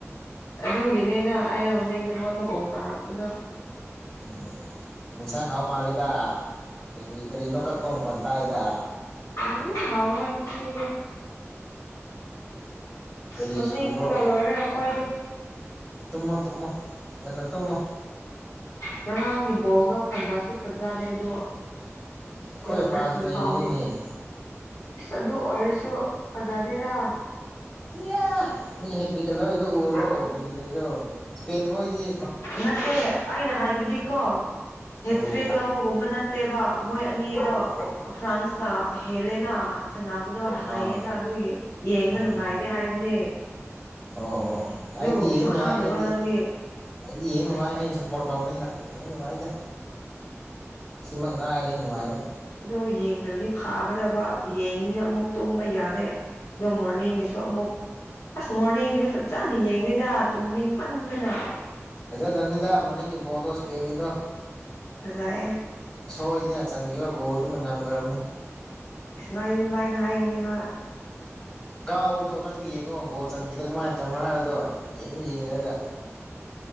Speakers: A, on the left; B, on the left.
A: ꯑꯗꯨꯒꯤꯅꯤꯅ ꯑꯩ ꯍꯧꯖꯤꯛ ꯅꯉꯣꯟꯗ ꯀꯣꯜ ꯇꯧꯔꯛꯄꯗꯣ
B: ꯎꯝ ꯌꯦꯟꯁꯥꯡ ꯍꯥꯎ ꯃꯥꯜꯂꯤꯗ ꯀ꯭ꯔꯤ ꯀ꯭ꯔꯤꯅꯣ ꯀꯛꯄ ꯃꯈꯣꯜ ꯇꯥꯏꯗ
A: ꯎꯝ ꯍꯥꯎꯔꯣꯏ ꯉꯁꯤꯗꯤ
B: ꯀꯔꯤ
A: ꯇꯨꯝꯅꯤꯡꯕꯅ
B: ꯁꯨꯕ꯭ꯔꯣ
A: ꯂꯣꯏꯔꯦ ꯑꯈꯣꯏꯗꯤ
B: ꯇꯨꯝꯃꯣ ꯇꯨꯝꯃꯣ ꯉꯟꯅ ꯇꯨꯝꯃꯣ
A: ꯉꯔꯥꯡꯒꯤ ꯕꯣꯜꯗꯣ ꯐꯖꯁꯨ ꯐꯖꯗꯦ ꯑꯗꯣ
B: ꯑꯩꯈꯣꯏ
A: ꯇꯨꯋꯦꯜꯐ ꯊꯥꯔꯇꯤ
B: ꯐ꯭ꯔꯥꯟꯁ ꯅꯩꯔꯤꯅꯤꯅꯦ
A: ꯐꯥꯎꯗꯤ ꯏꯁ ꯑꯗꯨ ꯑꯣꯏꯔꯁꯨ ꯐꯖꯥꯗꯦꯗ
B: ꯏꯌꯥ ꯃꯤ ꯍꯦꯇ꯭ꯔꯤꯀ ꯂꯧꯏꯗꯣ ꯎꯗ꯭ꯔꯣ ꯗꯤꯕꯂꯤꯗꯣ ꯏꯁꯄꯦꯟ ꯍꯣꯏꯗꯤ
A: ꯅꯠꯇꯦ ꯑꯩꯅ ꯍꯥꯏꯕꯗꯤꯀꯣ ꯍꯦꯇ꯭ꯔꯦꯛ
B: ꯑꯣ
A: ꯂꯥꯎꯕꯒꯨꯝꯕ ꯅꯠꯇꯦꯕ ꯃꯣꯏ ꯑꯅꯤꯗꯣ
B: ꯀꯔꯤ
A: ꯐ꯭ꯔꯥꯟꯁ ꯅ ꯍꯦꯜꯂꯦꯅ ꯁꯥꯟꯅꯕꯗꯣ ꯍꯌꯦꯅ
B: ꯑꯥ
A: ꯑꯗꯨꯒꯤ ꯌꯦꯡꯕ
B: ꯎꯝ
A: ꯅꯨꯡꯉꯥꯏꯇꯦ ꯍꯥꯏꯕꯅꯦ
B: ꯑꯣ ꯑꯣ ꯑꯣ
A: ꯑꯗꯨꯒꯨꯝꯕꯁꯨ
B: ꯑꯩꯗꯤ ꯌꯦꯡ ꯅꯨꯡꯉꯥꯏ
A: ꯈꯪꯗꯕ꯭ꯔꯣ
B: ꯑꯩꯗꯤ
A: ꯅꯪꯗꯤ
B: ꯑꯩꯗꯤ ꯌꯦꯡ ꯅꯨꯡꯉꯥꯏ ꯑꯩꯅ ꯁꯞꯄꯣꯔꯠ ꯇꯧꯕꯅꯤꯅ ꯌꯦꯡ ꯅꯨꯡꯉꯥꯏꯗ ꯁꯤꯃꯛ ꯉꯥꯏꯔꯦ ꯅꯨꯡꯉꯥꯏꯕ
A: ꯑꯗꯣ ꯌꯦꯡꯗ꯭ꯔꯗꯤ ꯐꯥ ꯒꯗꯕ ꯌꯦꯡꯃꯤꯅ ꯑꯃꯨꯛ ꯇꯨꯝꯕ ꯌꯥꯗꯦ ꯑꯗꯣ ꯃꯣꯔꯅꯤꯡꯒꯤꯁꯨ ꯑꯃꯨꯛ ꯑꯁ ꯃꯣꯔꯅꯤꯡꯒꯤꯗꯤ ꯐꯖꯅ ꯌꯦꯡꯗꯦꯗ ꯇꯨꯝꯅꯤꯡꯃꯟꯗꯅ
B: ꯐꯖꯗꯕꯅꯤꯗ ꯃꯣꯔꯅꯤꯡꯒꯤ ꯕꯣꯜꯗꯣ ꯏꯁ꯭ꯄꯦꯟꯒꯤꯗꯣ
A: ꯐꯖꯌꯦ
B: ꯁꯣꯏꯗꯅ ꯆꯟꯒꯤꯕ ꯒꯣꯜꯗꯨꯅ ꯉꯝꯒ꯭ꯔꯝꯅꯤ
A: ꯏꯁ ꯅꯣꯏꯗꯤ ꯗꯨꯃꯥꯏꯅ ꯍꯥꯏꯒꯅꯤ ꯍꯣꯏ
B: ꯀꯥꯎꯕꯗꯣ ꯅꯪꯁꯨ ꯌꯦꯡꯉꯣ ꯒꯣꯟꯆꯟꯈꯤꯗꯣ ꯀꯃꯥꯏ ꯆꯟꯕ꯭ꯔꯣ ꯍꯥꯏꯕꯗꯣ ꯌꯦꯡꯁꯨ ꯌꯦꯡꯗ꯭ꯔꯒ